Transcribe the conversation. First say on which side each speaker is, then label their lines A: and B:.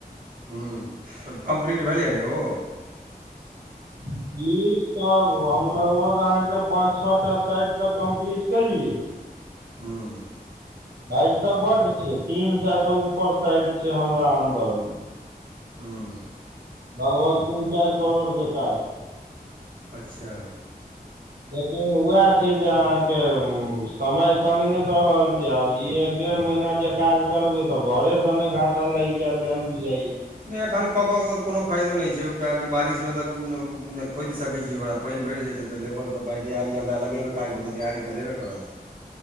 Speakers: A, on the right; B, on the right.
A: हूँ, तऽ कम्प्लीट भेलै ह ने ओ।
B: ब्रीज सभ, हम लगभग अहाँ के पाँच छ टा साइड तऽ कम्प्लीट केलियै
A: हूँ।
B: बाइड तऽ बड छै, तीन सै से ऊपर साइड छै हमरा अन्दर मे।
A: हूँ।
B: लगभग तीन चाइर करोड़ के काज। छै
A: अच्छा।
B: लेकिन उएह छै जे अहाँके समय संग नै दऽ रहल छै आब ई ए डेढ़ महीना जे काज करबै तऽ, घरे से नै घाटा लैग जैत, तेहन बुझाइए।
A: नै, अखन कऽ कऽ तऽ कोनो फायदो नइ छै, किया कि बारिश मे तऽ <unintelligible> नइ खोइद सकै छीयै ओकरा, पाइन भइर जेतै तऽ लेबर तऽ पाई, देहाड़ी एकरा लगेबै काज पर, तऽ देहारी तऽ लेबे करत।